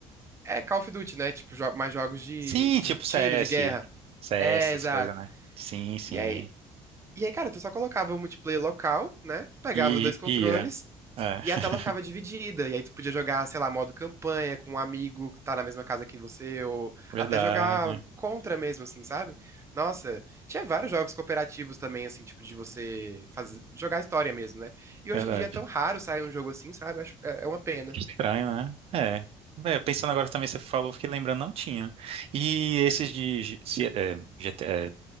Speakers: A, on the right; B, on the right.
A: É Call of Duty, né? Tipo, jo- mais jogos de,
B: Sim,
A: de
B: tipo
A: tiro,
B: CS,
A: de guerra.
B: CS,
A: É, exato.
B: essas coisas, né? Sim, sim.
A: E aí, E aí, cara, tu só colocava o multiplayer local, né? Pegava
B: E
A: os dois controles
B: ia. É. <laughs>
A: e a tela ficava dividida. E aí tu podia jogar, sei lá, modo campanha com um amigo que tá na mesma casa que você, ou
B: Verdade,
A: até jogar contra mesmo, assim, sabe? Nossa, tinha vários jogos cooperativos também, assim, tipo, de você fazer, jogar história mesmo, né? E
B: verdade.
A: hoje em dia é tão raro sair um jogo assim, sabe? Acho- é é uma pena.
B: Que Estranho, né? É. Bem, eu pensando agora também, você falou, fiquei lembrando, não tinha. E esses de G- C- é, GT é,